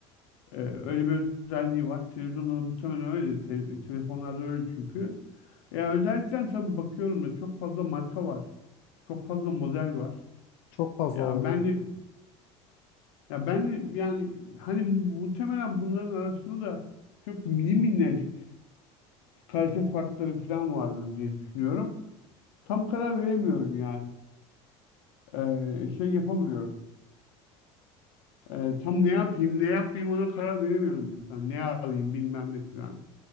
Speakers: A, on the left; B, on the left.
A: Ee, öyle bir özelliği var. Televizyonda da muhtemelen öyle. Te- telefonlarda öyle çünkü. Ya özellikle tabii bakıyorum da çok fazla marka var. Çok fazla model var.
B: Çok fazla
A: Ya
B: var evet.
A: ben de Ya ben yani hani muhtemelen bunların arasında da çok mini minnacık kalite farkları falan vardır diye düşünüyorum. Tam karar veremiyorum yani. Ee, şey yapamıyorum. Ee, tam ne yapayım, ne yapmayayım ona karar veremiyorum mesela. Ne alayım bilmem ne falan.